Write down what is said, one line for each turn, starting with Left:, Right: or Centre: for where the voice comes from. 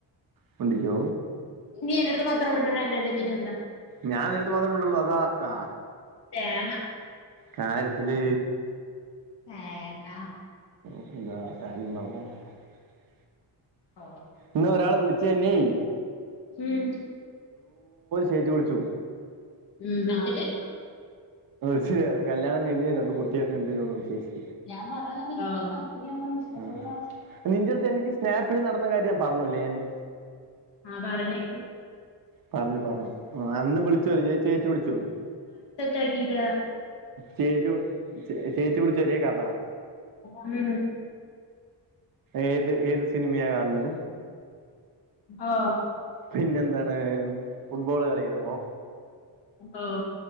Right: മിണ്ടിക്കൊ
Left: നീ എന്റെ അടുത്ത് മാത്രം മിണ്ടുന്നേ അല്ലല്ലേ പിന്നെ എന്താ
Right: ഞാൻ നിന്റെ അടുത്ത് മാത്രം മിണ്ട്ള്ളു അതാ കാ
Left: തേങ്ങ
Right: കാര്യത്തില്
Left: ഏഹ് എന്ന
Right: <inaudible>
Left: ഓ
Right: ഇന്ന് ഒരാള വിളിച്ചേനീ
Left: ഉം
Right: ചേച്ചി വിളിച്ചു
Left: ഉം വിളിച്ചിട്ട്
Right: ച്ച് കല്യാണം കഴിഞ്ഞ രണ്ട കുട്ടിയൊക്കെ ഉണ്ട് <inaudible>
Left: ഞാൻ പറഞ്ഞത എനിക്ക് കമ്പനിമ്മ ഇഷ്ട ഒ
Right: ആ
Left: <inaudible> ര അവസ്ഥ
Right: നിന്റെ അടുത്ത് എനിക്ക് സ്നാപ്പിൽ നടന്ന കാര്യം ഞാൻ പറഞ്ഞുല്ലേ ഞാന്
Left: ആ പറഞ്ഞേ
Right: പറഞ്ഞു പറഞ്ഞു ആ അന്ന് വിളിച്ച ഒരു ചേച്ചിയെവിളിച്ചുത്
Left: <inaudible>
Right: ചേച്ചി ചേച്ചി വിളിച്ച ചെറിയ ക
Left: ഉം
Right: ഏത് ഏത് സിനിമയാ കാണണ്
Left: ഓ
Right: പിന്നെ എന്താണ് ഫുട്ബോൾ കളിയാണോ
Left: ഓ